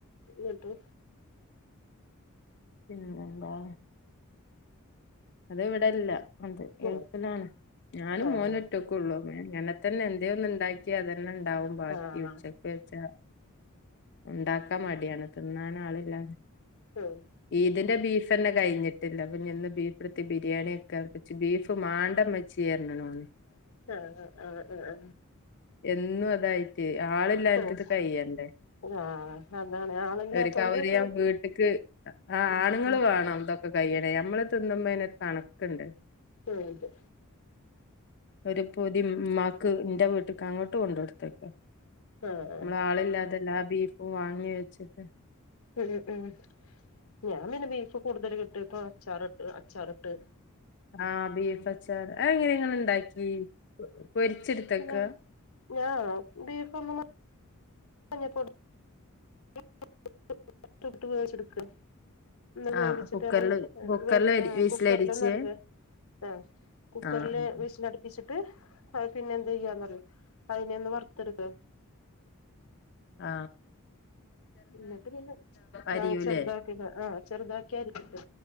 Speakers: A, on the left; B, on the left.
A: ന്നട്ട്
B: പിന്നെ വേറെന്താ? അത് ഇവിടെല്ല. അത് ഗൾഫിലാണ്
A: ഉം
B: ഞാനും
A: ആഹ്
B: മോനും ഒറ്റക്കള്ളൂ അങ്ങനെ തന്നെ എന്തേഒന്ന് ഉണ്ടാക്കിയാ അത് തന്നെ ഉണ്ടാവും ബാക്കി
A: ആഹ്
B: ഉച്ചക്ക് വെച്ച ണ്ടാക്കാൻ മടിയാണ് തിന്നാൻ ആളില്ല.
A: ഉം
B: ഈദിന്റെ ബീഫ് ഫന്നെ കഴിഞ്ഞ് ട്ടില്ല പിന്നെ ഇന്ന് ബീഫടുത്ത് ബിരിയാണി കാച്ചപ്പം ഇച്ച് ബീഫ് മാണ്ട മ്മച്ചി ർന്നു ന്നോട്
A: ആ ആ ആ ആ ആ
B: എന്നും അതായി ട്ട് ആളില്ലാഞ്ഞിട്ട്
A: ആഹ്
B: ഇത് കയ്യണ്ടേ
A: ആഹ് അതാണ് ആളില്ലാത്തോണ്ട്
B: ഒരു കവർ
A: ഇപ്പ
B: ഞാൻ വീട്ട്ക്ക് ആ
A: ഉം
B: ആണുങ്ങൾ
A: ഉം
B: വേണം ഇതൊക്കെ കഴിയണേ നമ്മള് തിന്നുമ്പോയിനരു കണക്ക്ണ്ട്.
A: ആ അതെ.
B: ഒരു പൊതി മ്മാക്ക് ന്റെ വീട്ട്ക്ക് അങ്ങോട്ട് കൊണ്ട് കൊടുത്തേക്ക. നമ്മള്
A: ആഹ്
B: ആളില്ലാതെല്ലാ ബീഫും വാങ്ങി വെച്ചിട്ട്
A: ഉം ഉം ഞാൻ പിന്നെ ബീഫ് കൂടുതൽ കിട്ടീപ്പൊ അച്ചാറിട്ട് അച്ചാറിട്ട്
B: ആ ബീഫ് അച്ചാറ് ആ എങ്ങനെ ഇങ്ങൾ ഇണ്ടാക്കി പൊരിച്ചെടുത്തക്ക
A: ഞാ ഞാ ബീഫ് ഒന്ന് മഞ്ഞപൊടി <unintelligible> ട്ട് വേവിച്ചടുക്കുക. വേവിച്ചിട്ട്
B: ആഹ് കുക്കറില്
A: നമ്മൾ
B: കുക്കറില്
A: ഹ്
B: വിസിലരിച്ച്
A: കുക്കറിലൊന്ന് അടിക്ക ആ കുക്കറില്
B: ആഹ്
A: വിസിലടുപ്പിച്ച് ട്ട് അത് പിന്നെ എന്തയ്യാന്നറിയോ അയിനെ ഒന്ന് വറു റുത്തടുക്ക
B: ആ
A: ന്നട്ട് പിന്നെ
B: അരിയൂലേ
A: ആ ചെറുതാക്കി ആ ചെറുതാക്കി അരിഞ്ഞിട്ട്